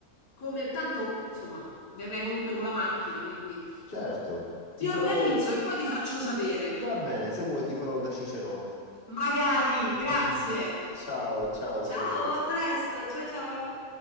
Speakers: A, on the left; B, on the left.
A: come... Tanto, insomma, verrei comunque con la macchina, quindi
B: Certo, ti
A: mi
B: farò,
A: organizzo e poi ti faccio sapere.
B: va bene, se vuoi ti farò da cicerone.
A: Magari,
B: <laughs>
A: grazie.
B: Ciao, ciao
A: Ciao,
B: Maria Teresa.
A: a presto. Ciao ciao.